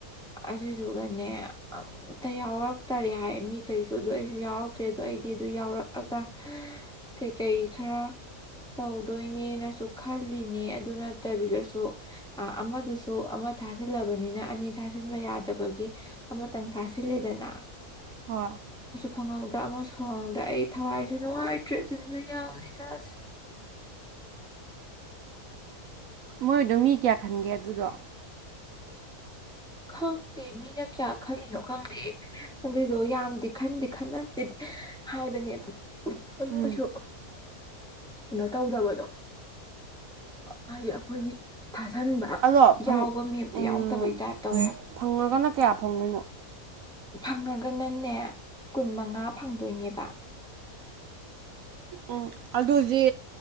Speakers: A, in the centre; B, on the right (about 70°).
A: ꯑꯗꯨꯗꯨꯒꯅꯦ ꯑꯝꯇ ꯌꯥꯎꯔꯛꯇꯔꯦ ꯍꯥꯏ ꯃꯤꯈꯩꯁꯨ ꯑꯗꯨꯗ ꯑꯩꯁꯨ ꯌꯥꯎꯔꯛꯇ꯭ꯔꯦ ꯑꯗꯣ ꯑꯩꯗꯤ ꯑꯗꯨ ꯌꯥꯎꯔꯛꯑꯒ ꯀꯩꯀꯩ ꯈꯔ ꯇꯧꯗꯣꯣꯏꯅꯦꯅꯁꯨꯨꯛ ꯁꯤꯜꯂꯤꯅꯦ ꯑꯗꯨ ꯅꯠꯇꯕꯤꯗꯁꯨ ꯑꯃꯗꯨꯁꯨ ꯑꯃ ꯊꯥꯖꯤꯜꯂꯕꯅꯤꯅ ꯑꯅꯤ ꯊꯥꯖꯤꯟꯕ ꯌꯥꯗꯕꯒꯤ ꯑꯃꯇꯪ ꯊꯥꯁꯤꯂꯦꯗꯅ
B: ꯍꯣꯏꯣꯏ
A: ꯐꯪꯍꯧꯗ ꯑꯃꯁꯨ ꯐꯪꯍꯧꯗ ꯑꯩ ꯊꯋꯥꯏꯁꯨ ꯅꯨꯡꯉꯥꯏꯇ꯭ꯔꯦ ꯑꯗꯨꯗꯨꯅ ꯌꯥꯝ ꯏꯁꯥꯁꯦ
B: ꯃꯣꯏꯗꯣ ꯃꯤ ꯀꯌꯥ ꯈꯟꯒꯦ ꯑꯗꯨꯗꯣ
A: ꯈꯪꯗꯦ ꯃꯤꯅ ꯀꯌꯥ ꯈꯜꯂꯤꯅꯣ ꯈꯪꯗꯦ ꯑꯗꯨꯏꯗꯣ ꯌꯥꯝꯗꯤ ꯈꯟꯗꯤ ꯈꯟꯅꯗꯦꯗꯤ ꯍꯥꯏꯕꯅꯦꯕ ꯑꯗꯨꯑꫭꯏꯁꯨ
B: ꯎꯝ
A: ꯩꯅ ꯇꯧꯗꯕꯗꯣ ꯍꯥꯏꯗꯤ ꯑꯩꯈꯣꯏꯒꯤ ꯐꯥꯁꯟꯕ
B: ꯑꯗꯣ ꯐꯪ
A: ꯌꯥꯎꯕ ꯃꯤ ꯑꯝꯇ
B: ꯎꯝ
A: ꯌꯥꯎꯗꯕꯩ ꯇꯥꯏꯞ ꯇꯧꯋꯦ ꯍꯥꯏꯕ
B: ꯐꯪꯉꯒꯅ ꯀꯌꯥ ꯐꯪꯗꯅꯣ
A: ꯐꯪꯉꯒꯅꯅꯦꯦ ꯀꯨꯟ ꯃꯉꯥ ꯐꯪꯗꯣꯏꯅꯦꯕ
B: ꯎꯝ ꯑꯗꯨꯗꯤ